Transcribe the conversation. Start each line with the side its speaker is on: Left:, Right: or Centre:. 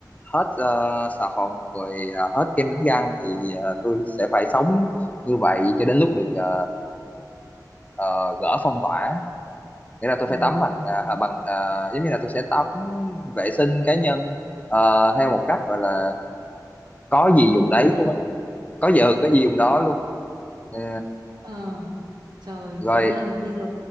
Left: hết ờ, xà phòng rồi ờ, hết kem đánh răng thì ờ, tôi sẽ phải sống như vậy cho đến lúc được ờ, ờ, gỡ phong tỏa nghĩa là tôi
Right: Ừ,
Left: phải tắm bằng ờ, à, bằng ờ, giống như là tôi sẽ tắm vệ sinh cá nhân ờ, theo một cách gọi là có gì
Right: nguyên
Left: dùng
Right: thủy
Left: đấy
Right: nhá
Left: luôn á. có giờ có gì dùng đó luôn Ờ,
Right: Ờ, trời
Left: rồi
Right: công nhận là bây giờ